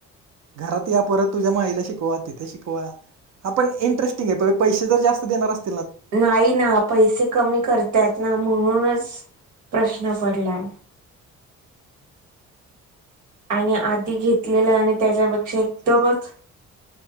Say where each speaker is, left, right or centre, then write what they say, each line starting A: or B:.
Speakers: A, on the right; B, on the right.
A: घरात या परत तुझ्या माईला शिकवा तिथे शिकवा हा पण इंटरस्टिंग आहे प पैसे जर जास्त देणार असत
B: नाही ना पैसे कमी करतायत ना म्हणूनच प्रश्न पडला आणि आधी घेतलेलं आणि त्याच्यापेक्षा एकदमचहा